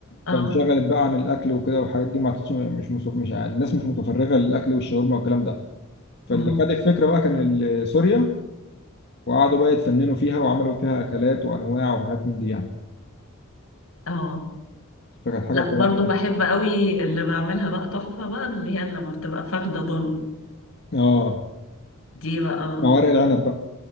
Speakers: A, on the left; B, on the left.
A: اه
B: فانشغلت بقى عن الاكل وكده والحاجات دي ما عادتش مش مصف... مش يعني الناس مش متفرغه للاكل والشاورما والكلام ده فاللي
A: أمم،
B: خد الفكره بقى كان ال- سوريا وقعدوا بقى يتفننوا فيها وعملوا فيها اكلات وانواع وحاجات من دي يعني
A: اه
B: فكانت حاجه
A: لا
B: بصراحه
A: برضو بحب قوي اللي بعملها بقى تحفة بقى اللي هي لما بتبقى فاخدة ضن
B: اه
A: دي بقى
B: مع ورق العنب بقى